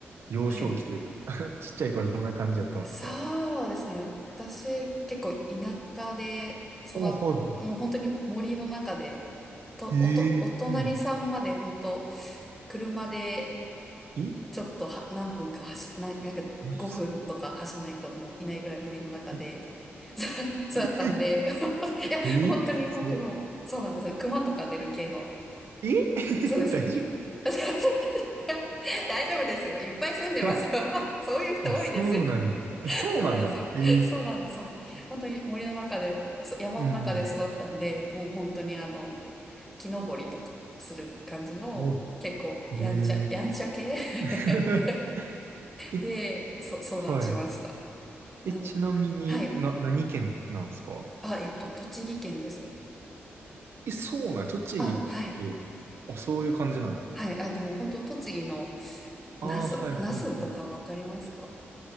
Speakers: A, on the right; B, in the centre.
A: 幼少期というか
B: はい。
A: <laughs> ちっちゃい頃どんな感じだったんですか
B: そうですね。私、結構田舎で育っ、
A: お、はいは
B: もう本当に森の中で、と、
A: い。へえ、
B: おと、お隣さんまで本当、
A: うん。
B: 車で
A: え
B: ちょっとは何分か走、な、なんか5分とか走んないともういないぐらい森の中で、
A: マジですかえ
B: <laughs> そうだったんで、
A: <laughs>
B: <laughs> いや、
A: えすご
B: 本当に本当にもう、そうなんです。熊とか出る系の。
A: い。え
B: そうです。
A: <laughs> 大丈夫で
B: い <laughs> 大丈夫ですよ。いっぱい住んでますよ。
A: すか
B: <laughs> そういう人多いですよ。
A: <laughs> あ、そうなんや。
B: <laughs>
A: あそうなんや。
B: そうなんですよ。
A: ええ
B: そうなんです。そうなんです。本当に森の中で、そ山の中で育ったんで、
A: うん。
B: もう本当にあの、木登りとかする感じの、
A: ほ、
B: 結構やんちゃ、
A: ええ
B: やんちゃ系 <laughs>
A: <laughs> え、
B: で、そ、育ちました。
A: はい。え、
B: なん、
A: ちなみに、
B: はい。
A: な、何県なんですか
B: あ、えっと、栃木県です。
A: え、そうなんや。栃木って、
B: あ、はい。
A: あ、そういう感じなんや。
B: はい。あ、でも本当栃木の、
A: ああ、
B: 那須、
A: はいはいはい。
B: 那須とかわかりますか